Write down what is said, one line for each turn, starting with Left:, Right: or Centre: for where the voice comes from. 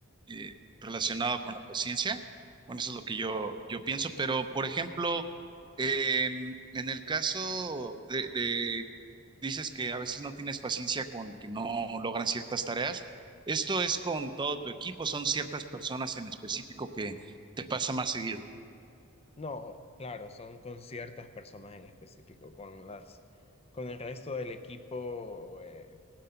Right: eh, relacionada con la paciencia. Bueno, eso es lo que yo, yo pienso, pero por ejemplo, eh, en el caso de, de dices que a veces no tienes paciencia con que no logran ciertas tareas. Esto es con todo tu equipo, son ciertas personas en específico que te pasa más seguido.
Left: No, claro, son con ciertas personas en específico, con las, con el resto del equipo, eh,